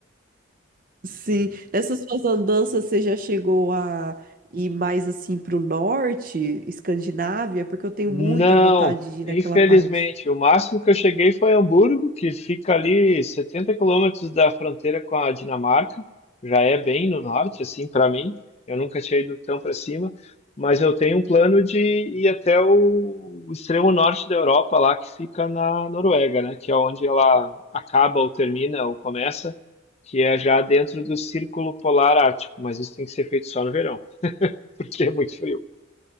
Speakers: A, on the right; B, on the left.
A: sim, nessas suas andanças você já chegou a ir mais assim pro norte, Escandinávia, porque eu tenho
B: Não,
A: muita vontade de ir naquela
B: infelizmente.
A: parte.
B: O máximo que eu cheguei foi Hamburgo, que fica ali 70 quilômetros da fronteira com a Dinamarca. Já é bem no norte, assim, para mim. Eu nunca tinha ido tão para cima, mas eu tenho um plano de ir até o o extremo norte da Europa, lá que fica na Noruega, né? Que é onde ela acaba ou termina ou começa, que é já dentro do Círculo Polar Ártico. Mas isso tem que ser feito só no verão, <laughs> porque é muito frio.